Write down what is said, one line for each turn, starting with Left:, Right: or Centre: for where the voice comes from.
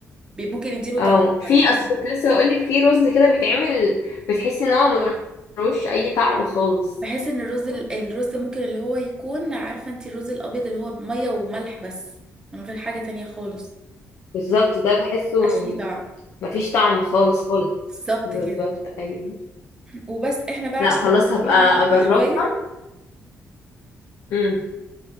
Right: بي- ممكن يديله
Left: اه
Right: طعم
Left: في
Right: برضه
Left: اصل كنت لسه هقولك في رز كده بيتعمل بتحسي ان هو ملوش اي طعم خالص
Right: بحس ان الرز ال- الرز ممكن اللي هو يكون عارفه انت الرز الابيض اللي هو ميه وملح بس من غير حاجه تانية خالص
Left: بالظبط ده بحسه
Right: مبقاش
Left: م-
Right: ليه طعم
Left: مفيش طعم خالص خالص
Right: بالظبط
Left: بالظبط
Right: كده
Left: ايوه
Right: وبس احنا بقى عشان
Left: لا خلاص
Right: نخليها
Left: هبقى اجربها
Right: شويه
Left: امم